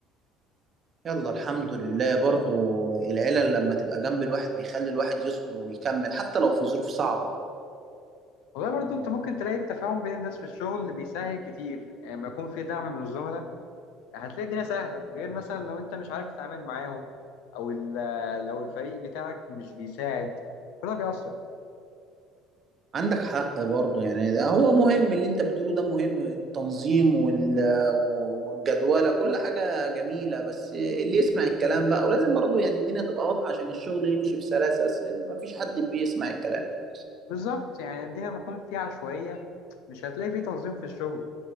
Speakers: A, on the right (about 35°); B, on the left (about 90°).
A: يلا الحمد لله برضو العيلة لما تبقى جنب الواحد بيخلي الواحد يصبر ويكمل حتى لو في ظروف صعبة
B: والله برضو أنت ممكن تلاقي التفاهم بين الناس في الشغل اللي بيسهل كتير يعني لما يكون في دعم من الزملاء هتلاقي الدنيا سهلة غير مثلا لو أنت مش عارف تتعامل معاهم أو ال- آه، لو الفريق بتاعك مش بيساعد كل ده بيأثر
A: عندك حق برضه يعني ده هو مهم اللي انت بتقوله ده مهم التنظيم وال... والجدولة كل حاجة جميلة بس اللي يسمع الكلام بقى ولازم برضه يعني الدنيا تبقى واضحة عشان الشغل يمشي بسلاسة بس ما فيش حد بيسمع الكلام
B: بالظبط يعني الدنيا لما تكون فيها عشوائية مش هتلاقي فيه تنظيم في الشغل